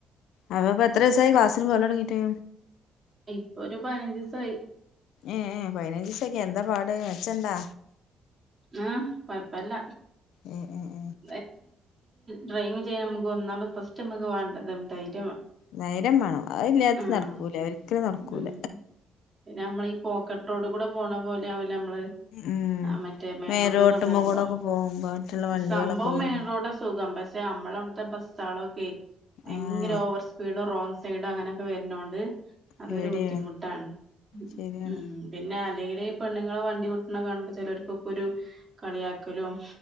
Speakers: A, on the left; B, on the right.
A: അപ്പൊഇപ്പോ എത്ര ദിവസായി ക്ലാസ്സിൽ പോവാൻ തോടങ്ങിട്ട്
B: ഇപ്പൊ ഒരു പതിനഞ്ച് ദിവസായി
A: ഏഹ് ഏ പതിനഞ്ച് ദിവസൊക്കെ എന്താ പാട് മെച്ചണ്ടാ
B: ആഹ് കൊഴപ്പില്ല
A: ഉം ഉം
B: <unintelligible> ഡ്രൈവ് ചെയ്യാൻ നമുക്ക് ഒന്നാമത് ഫസ്റ്റ് നമ്മുക്ക് വേണ്ടത് <unintelligible>
A: നേരം വേണം അത് ഇല്ലാതെ
B: ആഹ്
A: നടക്കൂല ഒരിക്കലും നടക്കൂല
B: ഉം പിന്നെ നമ്മളെ ഈ പോക്കറ്റ് റോഡ് കൂടെ പോണപോലെ നമ്മള്
A: ഉം
B: ആമറ്റേ മെയിൻറോട്ടികൂടെ
A: മേല് റോട്ടുമ്മ
B: പോകുമ്പോ
A: കൂടൊക്കെ പോകുമ്പോ മറ്റുള്ള വണ്ടികളൊക്കെ
B: സംഭവം
A: വരും
B: മെയിൻ റോഡാ സുഖം പക്ഷെ നമ്മളവിടുത്തെ ബസ്സാളൊക്കെ ഭയങ്കര
A: ആഹ്
B: ഓവർ സ്പീഡോ റോങ് സൈഡാ അങ്ങനെയൊക്കെ വരുന്നോണ്ട് അതൊരു
A: പേടിയാണ്
B: ബുദ്ധിമുട്ടാണ്
A: ശരിയാണ്
B: ഉം പിന്നെ അല്ലെങ്കിലെ ഈ പെണ്ണുങ്ങളെ വണ്ടി ഓട്ടണ കാണുമ്പോ ചിലർക്കൊക്കൊരു കളിയാക്കലും